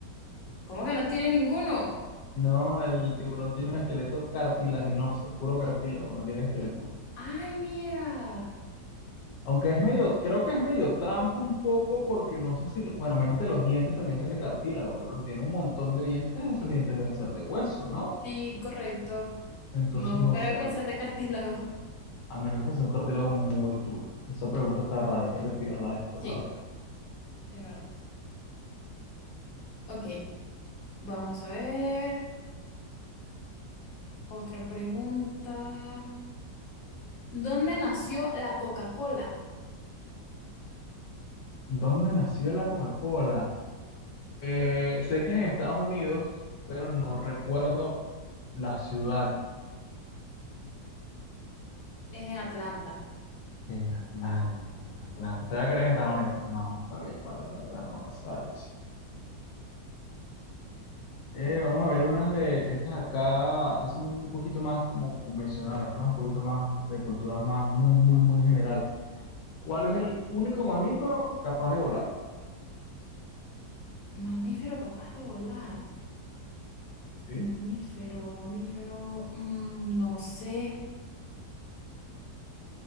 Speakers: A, on the left; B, on the left.
A: ¿Cómo que no tiene ninguno?
B: No, el tiburón tiene un esqueleto cartilaginoso, es puro cartílago, no tiene esqueleto.
A: Ay, mira.
B: Aunque es medio, creo que es medio trampa un poco porque no sé si, lo- bueno, a menos que los dientes también sean de cartílago, pero si tiene un montón de dientes, esos dientes deben ser de hueso, ¿no?
A: Sí, correcto.
B: Entonces
A: No
B: no
A: creo
B: sé,
A: que
B: a
A: sean de cartílago.
B: a menos que sea un cartílago muy duro. Esa pregunta está rara, hay que investigarla después,
A: Sí,
B: a ver.
A: es verdad. Ok, vamos a ver. Otra pregunta. ¿Dónde nació la Coca-Cola?
B: ¿Dónde nació la Coca-Cola? Eh, sé que es en Estados Unidos, recuerdo la ciudad.
A: Es en Atlanta.
B: En Atlanta, en Atlanta. Sabía que era en Estados Unidos, pero no, no sabía cuál era, la verdad, no, estaba difícil. Eh,
A: Te-
B: vamos a ver unas de estas acá, estas son un poquito más como convencionales, ¿no? Un poquito más de cultura más muy, muy, muy general. ¿Cuál es el único mamífero capaz de volar?
A: Mamífero capaz de volar.
B: ¿Sí?
A: Mamífero, mamífero. mm, no sé.